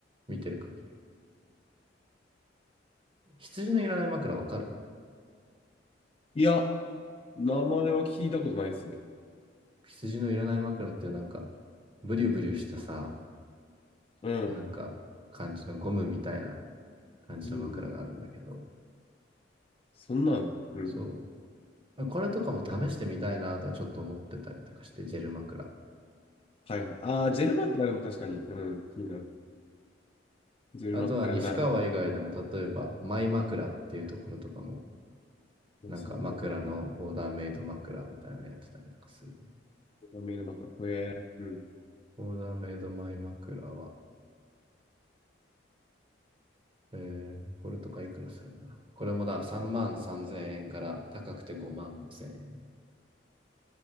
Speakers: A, on the right; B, on the left.
A: 見てる限り。羊のいらない枕わかる
B: いや、名前は聞いたことないですね。
A: 羊のいらない枕っていうなんかブリュブリュしたさ、
B: うん。
A: なんか感じのゴムみたいな感じの枕があるんだけど、
B: うんそんなん。うん。
A: そう。これとかも試してみたいなとはちょっと思ってたりとかして、ジェル枕。
B: はいはい。ああ、ジェル枕でも確かに、うん、気になる。ジェル枕なら。
A: あとは西川以外でも例えばマイ枕っていうところとかもなんか枕のオーダーメイド枕みたいなのやってたりとかするね。
B: そうなんだ。メイド枕。ほえー、うん。
A: オーダーメイドマイ枕は、えー、これとかいくらするんだろう。これもだ、3万3000円から高くて5万5000円。